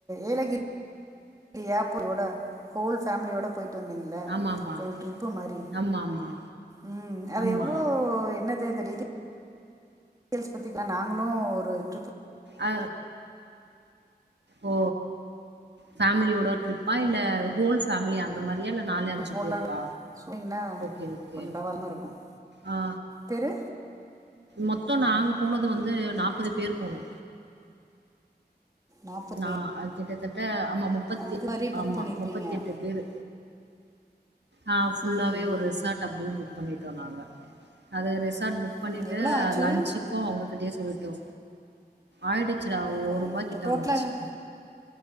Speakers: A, on the right; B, on the right.
A: ஏலகிரிஏப்பிலோட ஹோல் ஃபேமிலியோட போயிட்டு வந்தீங்கள
B: ஆமாப்பா
A: ஒரு ட்ரிப்பு மாரி
B: ஆமா ஆமா
A: உம் அது
B: ஆமா
A: எவ்ளோ என்னத் அது அந்த டிட்டெய்ல் ல்ஸ் பத்திக்கலா நாங்களு ஒரு ட்ரிப்பு
B: அ ஓ ஃபேமிலியோட ட்ரிப்பா இல்ல ஹோல் ஃபேமிலி அந்த மாரியா இல்ல நாலு அஞ்சு
A: போடலான்னு
B: பேருக்கா
A: சொன்னீங்கன்னா
B: ஓகே ஓகே
A: கொஞ்சம் பரவாயில்லாமல் இருக்கும்
B: அ
A: பேர்
B: மொத்தோ நாங்க போனது வந்து வந்து நாப்பது பேர் போனோ
A: நாற்பது
B: நா
A: பேர்
B: அது கிட்டத்தட் அ ஆமா முப்பத்தி
A: இது மாதிரி புக்
B: ஆமா
A: பண்ணியிருப்பீங்க
B: முப்பத்தி எட்டு பேரு ஆ ஃபுல்லாவே
A: ம்
B: ஒரு
A: ம்.
B: ரிசார்ட் அப்படியே புக் பண்ணிட்டோ நாங்க அது ரெஸ் சார் புக் பண்ணிட்டு
A: ம் எவ்வளோ ஆச்சு
B: லன்ச்சுக்கு அவங்ககிட்டயே சொல்லி தோ ஆயிரத்து ச்டா ஓரூபா
A: ஓ இப்போ
B: கிட்ட
A: டோட்டலாக
B: வந்துச்சு